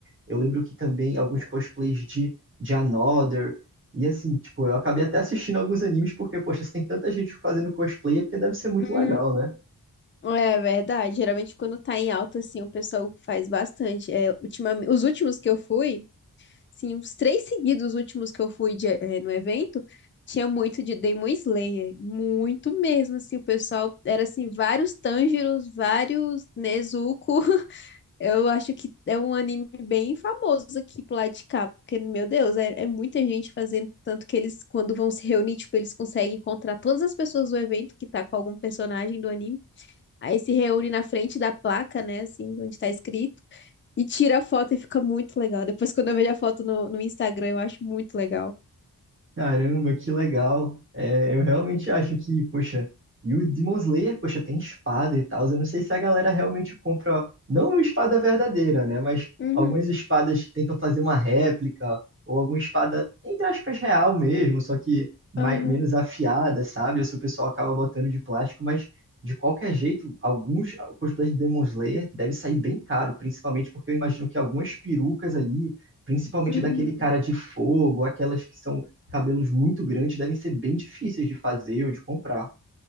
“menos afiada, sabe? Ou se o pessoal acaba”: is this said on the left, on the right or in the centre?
Right